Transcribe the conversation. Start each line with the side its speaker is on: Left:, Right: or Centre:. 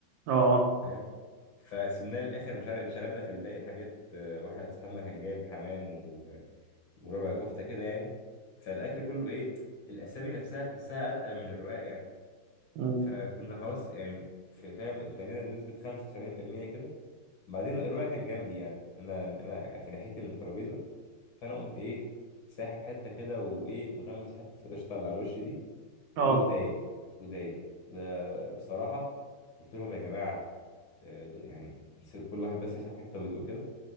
Right: آه آه.
Left: فاهم فسبناه للآخر مش عارف انشغلنا في الباقي الحاجات آه، واحد صاحبنا كان جايب حمام وربع كفته كده يعني فالاكل كله ايه الاسامي نفسها تحسها اتقل من الرقاق يعني
Right: مم.
Left: فكنا خلاص يعني في فاهم اتملينا بنسبه 75% كده بعدين الرقاق كان جنبي يعني انا انا في ناحيتي من الترابيزه فانا قمت ايه ساحب حته كده وايه مغمس حته في القشطه اللي على الوش دي وايه
Right: آه
Left: ودايق ودايق ده بصراحه قلت لهم يا جماعه آه، دو- يعني امسكوا كل واحد بس يسحب حته ويدوق كده